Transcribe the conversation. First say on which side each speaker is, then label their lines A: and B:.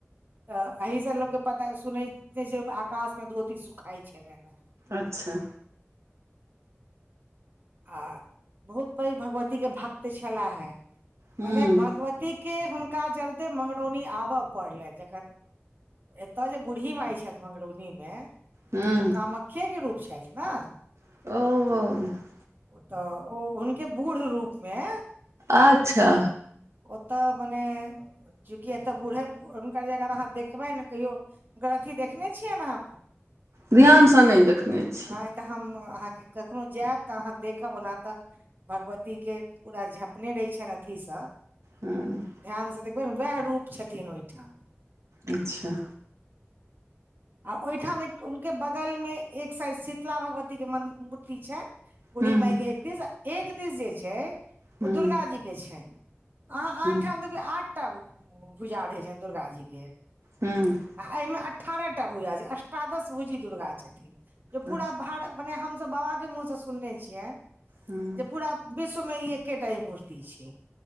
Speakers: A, on the right (about 45°); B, on the right (about 90°).
A: तऽ एहि से लोकके पता सुन छै आकाश मे धोती सुखाइ छलैन हे।
B: अच्छा
A: आ बहुत पैघ भगवती के भक्त छलाह हे
B: हूँ
A: मने भगवती के हुनका जलते मंगरौनी आबऽ पड़लनि जखन एत जे बूढ़ी माई छथि मंगरौगनी मे ओ
B: हूँ
A: कामख्ये के रूप छथि ने
B: ओहो
A: ओ तऽ ओ हुनके बूढ़ रूपमे
B: अच्छा
A: ओतऽ बने चूँकि एतऽ बूढ़े हुनकर जे अगर अहाँ देखबै ने कहियो हुनकर अथी देखने छियै नेह?
B: ध्यानसँ नहि देखने छी
A: नहि तऽ हम अहांके कखनो जायब तऽ अहां देखब ओना तऽ भगवती के पूरा झपने रहै छनि अथी स
B: हूँ <unintelligible>
A: ध्यानसँ देखबै न उएह रूप छथिन ओहिठाम
B: अच्छा
A: आ ओहिठाम एक हुनके बगल मे एक साइड शीतला भगवती के म मूर्ति छैय बूढ़ी
B: हूँ
A: माई
B: हूँ
A: के एक दिस आ एक दिस जे छैय
B: हूँ
A: ओ दुर्गा जी के छैय अहां
B: हूँ
A: आन ठाम देखबै आठटा भूजा रहै छनि दुर्गााजी के आ
B: हूँ
A: एहिमे अठारह टा भूजा छै अष्ठादश भूजी दुर्गा छथिन जे
B: अच्छा
A: पूरा भार अपने हम सभ बाबाके मुँहसँ सुनने छियैन
B: हूँ
A: जे पूरा विश्वमे ई एकेटा ई मूर्ति छैय